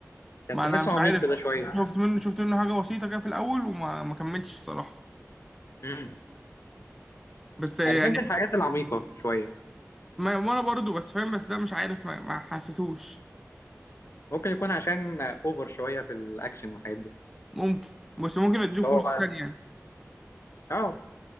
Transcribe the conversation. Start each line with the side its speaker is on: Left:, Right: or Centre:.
Left: كان
Centre: ما
Left: تحسه
Centre: انا مش
Left: عميق
Centre: عارف
Left: كده شويه
Centre: شفت منه شفت منه حاجه بسيطه كده في الاول وما ما كملتش الصراحه
Left: امم
Centre: بس يعني
Left: انا بحب الحاجات العميقه شويه
Centre: ما وانا برضه بس فاهم بس ده مش عارف ما, ما حسيتوش
Left: ممكن يكون عشان اوفر شويه في الاكشن والحاجات دي
Centre: ممكن بس ممكن اديله
Left: اللي
Centre: فرصه
Left: هو
Centre: تانية يعني
Left: اه